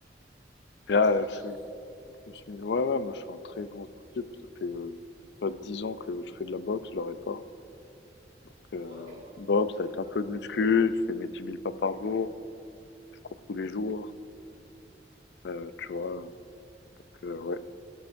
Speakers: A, on the right; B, on the left.
A: T'es
B: Et là,
A: un sportif
B: euh, je, suis- je me suis mis, ouais, ouais, moi je suis un très grand sportif, ça fait euh, pas 10 ans que je fais de la boxe, je l'aurais pas. Donc, Euh,
A: Oh,
B: boxe
A: ah oui,
B: avec
A: je vois.
B: un peu de muscu, je fais mes dix mille pas par jour, je cours tous les jours, euh, tu vois. Donc, euh, ouais,